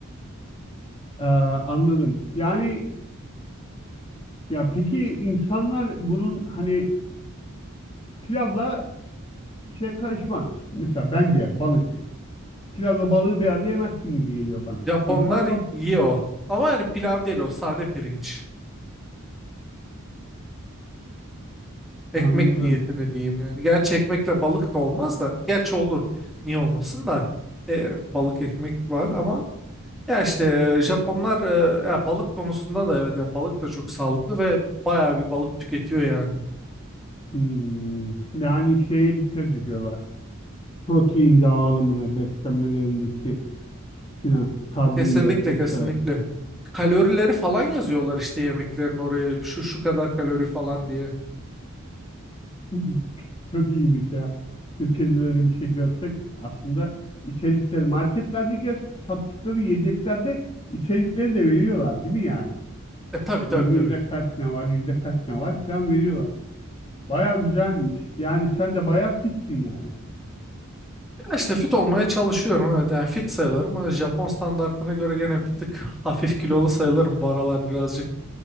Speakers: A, on the left; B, in the centre.
A: Ee, anladım. Yani ya peki insanlar bunun hani pilavla şey karışmaz. Mesela bence balık. Pilavla balığı bir arada yemezsin gibi geliyor bana.
B: Japonlar
A: İnsanlar
B: yiyor. Ama yani pilav değil o sade pirinç.
A: anladım.
B: Ekmek niyetine diyeyim yani. Gerçi ekmekle balık da olmaz da. Gerçi olur. Niye olmasın da. E, balık ekmek var ama. Ya işte e, Japonlar e, ya balık konusunda da evet yani balık da çok sağlıklı ve bayağı bir balık tüketiyor yani.
A: Hmm. Yani şeye dikkat ediyorlar. protein dağılımına, beslenmelerindeki filan karbonhidrat
B: Kesinlikle
A: vesaire.
B: kesinlikle. Kalorileri falan yazıyorlar işte yemeklerin oraya şu şu kadar kalori falan diye.
A: <laughs> Çok iyiymiş ya. Türkiye'de de öyle bir şey görsek aslında içerikleri marketlerdeki yat- sattıkları yiyeceklerde içerikleri de veriyorlar değil mi yani?
B: E tabii
A: Hani
B: tabii
A: yüzde
B: tabii.
A: kaç ne var, yüzde kaç ne var filan veriyorlar. Baya güzelmiş. Yani sen de baya fitsin yani.
B: Ya işte fit olmaya çalışıyorum evet yani fit sayılırım. ama Japon standartına göre gene bir tık hafif kilolu sayılırım. Bu aralar birazcık